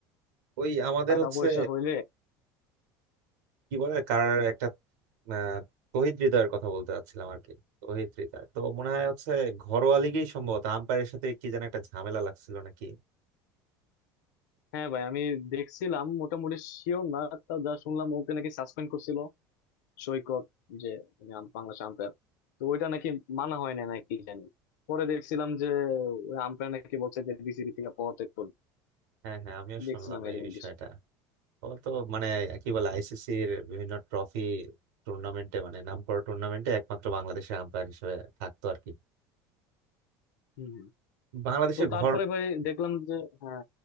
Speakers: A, on the right; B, on the left.
A: ওই আমাদের
B: টাকা
A: হচ্ছে
B: পয়সা হইলে
A: কি বলে কার একটা আহ, তহিদ হৃদয়ের কথা বলতে চাচ্ছিলাম আর কি তহিদ হৃদয় তো মনে হয় হচ্ছে ঘরোয়া লিগেই সম্ভবত আম্পায়ারের সাথে কি যেন একটা ঝামেলা লাগছিল নাকি
B: হ্যাঁ ভাই আমি দেখছিলাম মোটামুটি শিওর না তা যা শুনলাম ওকে নাকি সাসপেন্ড করছিল সৈকত যে মানে আম- বাংলাদেশ আম্পায়ার তো ওইটা নাকি মানা হয় না নাকি জানি পরে দেখছিলাম যে ওই আম্পায়ার নাকি বলছে যে বিসিবি থেকে পদত্যাগ করবে
A: হ্যাঁ হ্যাঁ আমিও
B: দেখছিলাম
A: শুনলাম
B: এরকম
A: এই বিষয়টা
B: কিছু
A: ও তো মানে কি বলে আইসিসির বিভিন্ন ট্রফি টুর্নামেন্টে মানে নামকরা টুর্নামেন্টে একমাত্র বাংলাদেশের আম্পায়ার হিসেবে থাকতো আর কি
B: হম হম।
A: বাংলাদেশের
B: তো তারপরে
A: ঘর
B: ভাই দেখলাম যে হ্যাঁ